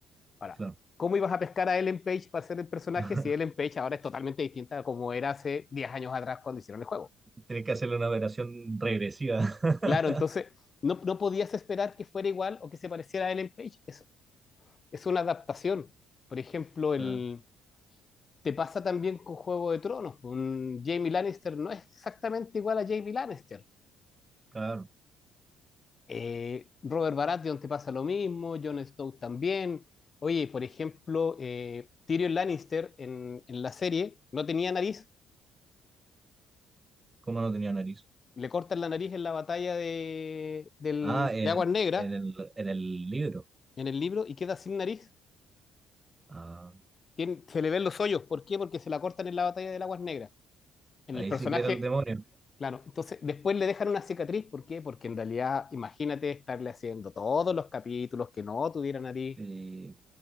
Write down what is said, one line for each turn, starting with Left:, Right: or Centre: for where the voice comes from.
Left: Ahora,
Right: Claro.
Left: ¿cómo ibas a pescar a Ellen Page para ser el personaje
Right: <laughs>
Left: si Ellen Page ahora es totalmente distinta a como era hace 10 años atrás cuando hicieron el juego?
Right: Tienes que hacerle una operación regresiva. <laughs>
Left: Claro, entonces no, no podías esperar que fuera igual o que se pareciera a Ellen Page. Es, es una adaptación. Por ejemplo, el,
Right: Ah,
Left: te pasa también con Juego de Tronos. pues, Un Jaime Lannister no es exactamente igual a Jaime Lannister.
Right: Claro.
Left: Eh, Robert Baratheon te pasa lo mismo, Jon Snow también. Oye, por ejemplo, eh, Tyrion Lannister en, en la serie no tenía nariz,
Right: ¿Cómo no tenía nariz?
Left: le cortan la nariz en la batalla de, del-
Right: Ah, en,
Left: de Aguas Negras,
Right: en el, en el libro.
Left: en el libro, y queda sin nariz.
Right: Ah,
Left: Tien- se le ven los hoyos. ¿Por qué? Porque se la cortan en la batalla del Aguas Negras. En
Right: ahí
Left: el personaje,
Right: sí que era el demonio.
Left: claro. Entonces, después le dejan una cicatriz. ¿Por qué? Porque en realidad, imagínate estarle haciendo todos los capítulos que no tuviera nariz.
Right: Y